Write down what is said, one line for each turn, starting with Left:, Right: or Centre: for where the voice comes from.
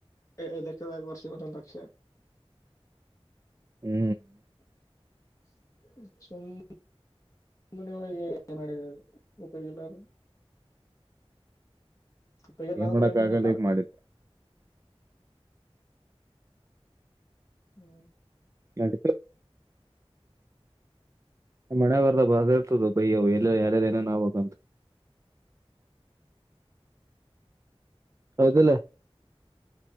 Left: ಐದು ಲಕ್ಷದ ವರ್ಷ ಇ ಒೊಂದ್ ಲಕ್ಷ ಆ ಹಾ
Right: ಹೂ
Left: ಅ ಮುನವಾಗಿಏ ಮಾಡ ಉಪಯೋಗಿಲ್ಲ್ರ ಅ ಎನಾದ
Right: ಏನ್ ಮಾಡಕ್
Left: ಪಡಂಗ
Right: ಆಗಲ್ಲ
Left: ಇಲ್ಲ
Right: ಈಗ ಮಾಡಿದ್ದೆ
Left: ಹೂ
Right: ನೆಡಿತಾತಿ ನಾಮ್ ಹಣೆ ಬರ್ದ ಬಾರ ಇರ್ತದು ಬಯವು ಎಲ್ಲ ಯಾರದ ನೇನು ಆ್ಬೇಕ ಅಂತ ಹೌದಲ್ಲ